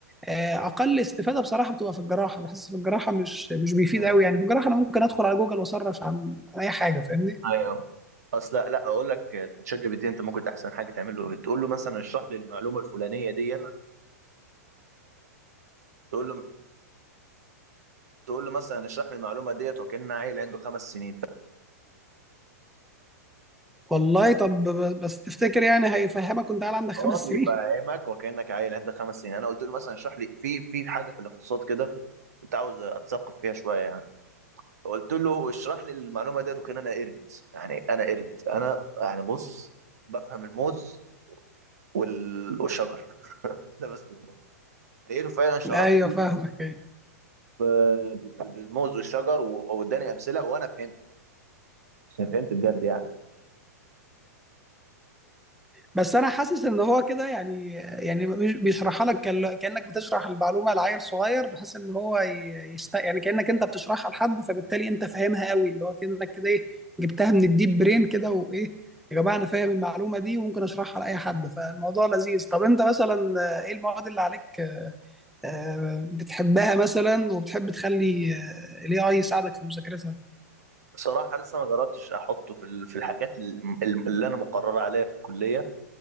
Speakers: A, in the centre; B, on the right.
A: آه، اقل استفاده بصراحه بتبقى في الجراحه بحس في الجراحه مش مش بيفيد
B: ايوه
A: قوي يعني في الجراحه انا ممكن ادخل على جوجل واسرش عن عن اي حاجه فاهمني
B: أيوة. اصل لا لا، اقول لك تشات جي بي تي انت ممكن احسن حاجه تعمل له تقول له مثلا اشرح لي المعلومه الفلانيه ديت تقول له تقول له مثلا اشرح لي المعلومه ديت وكان عيل عنده خمس سنين
A: والله طب ب- بس تفتكر يعني هيفهمك وانت قاعد عندك خمس
B: فهو بيفهمك
A: سنين
B: وكانك عيل عنده خمس سنين انا قلت له مثلا اشرح لي في في حاجه في الاقتصاد كده كنت عاوز اتثقف فيها شويه يعني فقلت له اشرح لي المعلومه ديت وكان انا قرد يعني انا قرد انا يعني بص بفهم الموز وال... والشجر <laughs> ده بس لقيته فعلا شرح
A: <laughs> ايوه
B: لي
A: فاهمك يعني
B: ب- بالموز والشجر و- واداني امثله وانا فهمت فهمت بجد يعني
A: بس انا حاسس ان هو كده يعني يعني مش- بيشرحها لك كال- كانك بتشرح المعلومه لعيل صغير بحيث ان هو ي- يست يعني كانك انت بتشرحها لحد فبالتالي انت فاهمها قوي اللي هو كانك كده ايه جبتها من الديب برين كده وايه يا جماعه انا فاهم المعلومه دي وممكن اشرحها لاي حد فالموضوع لذيذ طب انت مثلا آه، ايه المواد اللي عليك آه، بتحبها مثلا وبتحب تخلي آه، الاي اي يساعدك في مذاكرتها
B: صراحة لسه ما جربتش أحطه في ال- في الحاجات الم- الم- اللي أنا مقرر عليها في الكلية